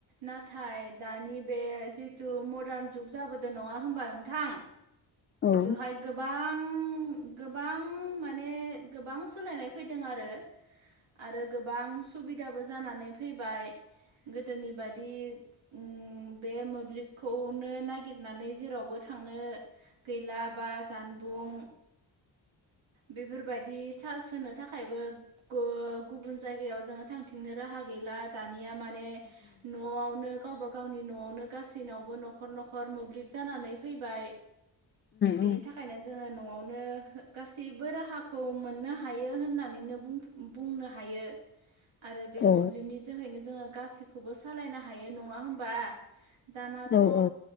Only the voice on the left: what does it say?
उम
उम
औ
औ औ